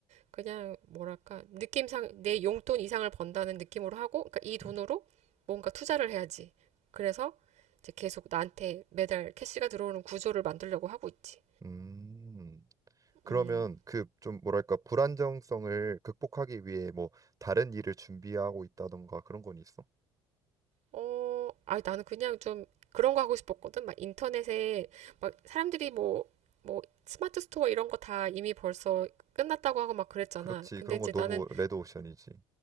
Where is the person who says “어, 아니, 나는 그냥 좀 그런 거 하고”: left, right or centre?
Right